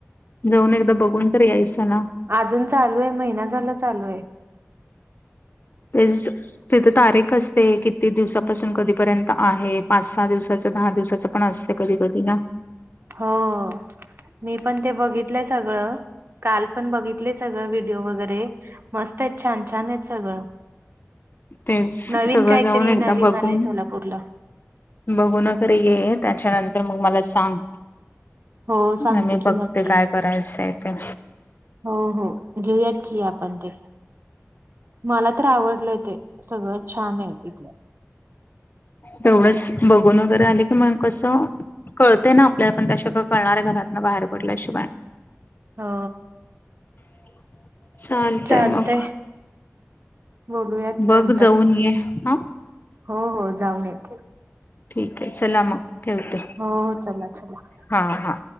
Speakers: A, on the left; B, on the right.
A: जाऊन एकदा बघून तर यायचं ना.
B: अजून चालू आहे महिना झाला चालू आहे.
A: तेज तिथे तारीख असते किती दिवसापासून कधीपर्यंत आहे. पाच सहा दिवसाचं दहा दिवसाचं पण असते कधी कधी ना
B: हो. मी पण ते बघितलं सगळं काल पण बघितलं सगळं व्हिडिओ वगैरे. मस्त आहेत छान छान आहेत सगळं.
A: तेच
B: नवीन
A: सगळं
B: काहीतरी
A: जाऊन एकदा
B: नवीन
A: बघू
B: आलंय सोलापूरला.
A: बघुन खर ये त्याच्यानंतर मग मला सांग.
B: हो सांगते
A: नाही मी
B: की
A: बघते
B: नक्की
A: काय करायचं आहे तेे.
B: हो हो घेऊयात की आपण ते. मला तर आवडलंय ते सगळंत छान आहे तिथलं.
A: तेवढंच बघून वगैरे आले की मग कसं. कळतें ना आपल्याला पण त्याश कां कळणार आहे घरातन बाहेर पडल्या शिवाय.
B: हो.
A: <inaudible> चालतय
B: चालतंय.
A: मग
B: बोलूयात नंतर
A: बघ जाऊन ये हा.
B: हो हो जाऊन येेते.
A: ठीक आहे चला मग ठेवते.
B: हो हो चला चला.
A: हा हा.